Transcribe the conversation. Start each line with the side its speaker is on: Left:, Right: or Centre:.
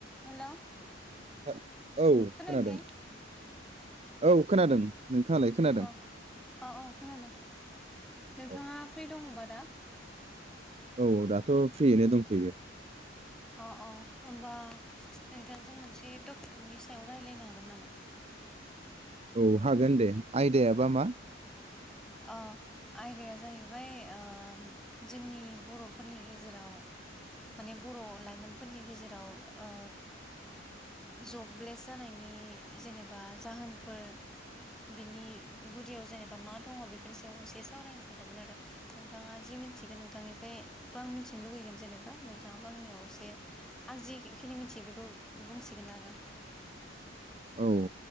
Centre: <inaudible> Hello
Right: औ
Centre: खोनायाखै?
Right: खोनादों औ खोनादों। नोंथाङालाय खोनादों
Centre: अ अ अ खोनादों। नोंथाङा
Right: औ
Centre: फ्रि दङबा दा? <inaudible>
Right: औ दाथ' फ्रियैनो दंथ'यो।
Centre: अ अ होमबा नोंथांजों मोनसे टपिकनि सायाव रायलायनो हागोन नामा?
Right: औ हागोन दे। आयदायाबा मा?
Centre: अ आयदाया जाहैबाय ओ जोंनि बर'फोरनि गेजेराव माने बर' लाइमोनफोरनि गेजेराव ओ जबलेस जानायनि जेनेबा जाहोनफोर बिनि गुदियाव जेनेबा मा दङ बेफोरनि सायाव एसे सावरायनो सानदोंमोन आरो नोंथाङा जि मिन्थिगोन नोंथांनिफ्राय बा आं मिन्थिनो लुुबैगोन जेनेबा नोंथाङाबा आंनियाव एसे आं जिखिनि मिन्थियो बेखौ बुंसिगोन आरो।
Right: औ